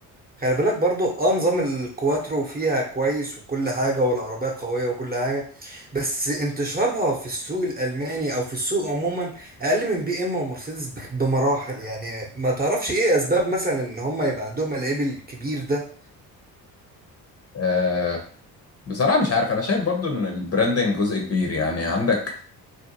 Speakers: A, on the right (about 20°); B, on the left (about 30°).
A: خلي بالك برضه اه نظام الكواترو فيها كويس وكل حاجه والعربيه قويه وكل حاجه بس انتشارها في السوق الالماني او في السوق عموما اقل من بي ام ومرسيدس ب- بمراحل يعني ما تعرفش ايه اسباب مثلا ان هم يبقى عندهم العيب الكبير ده
B: أه بصراحه مش عارف انا شايف برضو ان البراندنج جزء كبير يعني عندك